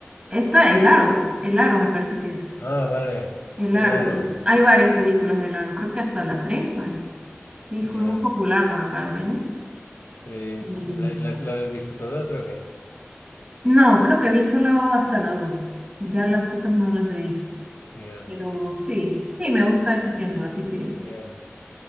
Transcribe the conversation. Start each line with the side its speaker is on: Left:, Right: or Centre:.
Right: Esta, El Aro, El Aro me parece que es.
Left: Ah, vale,
Right: El
Left: El
Right: Aro,
Left: Aro.
Right: y hay varias películas del Aro, creo que hasta la 3 hay. Sí,
Left: ya
Right: fue muy popular por acá al menos.
Left: Sí,
Right: Mm,
Left: ¿La- la- ¿las has visto todas o qué?
Right: No, creo que vi solo hasta la dos Ya las otras no las he visto.
Left: Ya,
Right: Pero sí, sí, me gusta ese género, así que...
Left: ya.